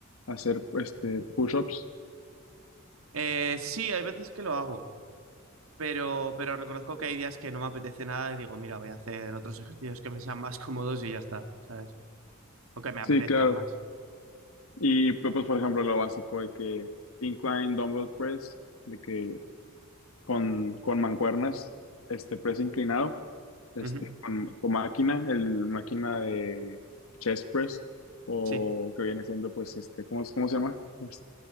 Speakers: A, on the left; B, on the right.
A: A hacer, este, push-ups.
B: Eh, sí, hay veces que lo hago. Pero, pero reconozco que hay días que no me apetece nada y digo, mira, voy a hacer otros ejercicios que me sean más <laughs> cómodos y ya está, ¿sabes? O que me apetezcan
A: Sí, claro.
B: más.
A: Y pues, pues, por ejemplo, lo básico de que incline dumbbell press, de que con, con mancuernas, este press inclinado, este,
B: Ujú,
A: con, con máquina, el máquina de chest press, o
B: Sí.
A: que viene siendo, pues, este, ¿cómo, es- cómo se llama? Este,